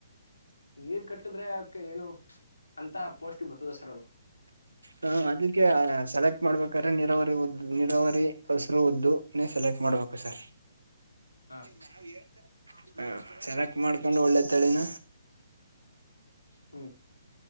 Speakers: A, on the left (about 85°); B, on the right (about 80°).
A: ನೀರ್ ಕಟ್ಟಿದ್ರೆ ಅದ್ಕ್ಕೆ ಏನು ಅಂತ ಪೋಸ್ಟ ಬರ್ತದ ಸರ್ ಅಲ್ಲ
B: ಹ ಅದಕ್ಕೆ ಸೆಲೆಕ್ಟ್ ಮಾಡ್ಬೇಕಾದ್ರೆ ನೀರಾವರಿ ಉದ್ದ ನೀರಾವರಿ ಹೆಸರು ಉದ್ದೇ ಸೆಲೆಕ್ಟ್ ಮಾಡ್ಬೇಕು ಸರ್
A: ಹಾ ಸರ್
B: ನಾವ್ ಹೇಳ್ತ ಹ ಚೆನ್ನಕ್ ಮಾಡ್ಕೊಂಡು ಒಳ್ಳೆ ತಳಿನ
A: ಹ್ಮ್